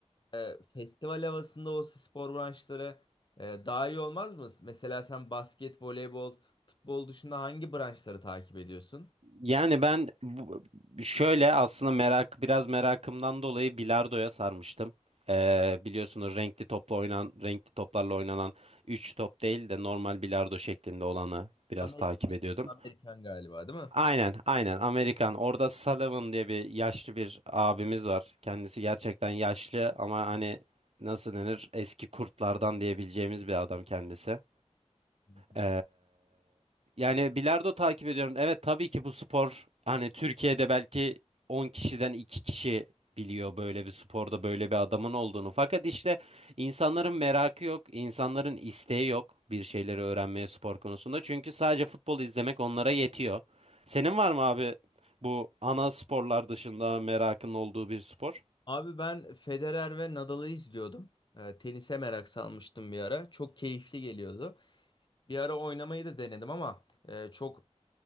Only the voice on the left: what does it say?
e, festival havasında olsa spor branşları e, daha iyi olmaz mı? Mesela sen basket, voleybol, futbol dışında hangi branşları takip ediyorsun?
Amerikan,
Amerikan galiba, değil
mi?
Abi ben Federer ve Nadal'ı izliyordum. Ee, tenise merak salmıştım bir ara. Çok keyifli geliyordu. Bir ara oynamayı da denedim ama e, çok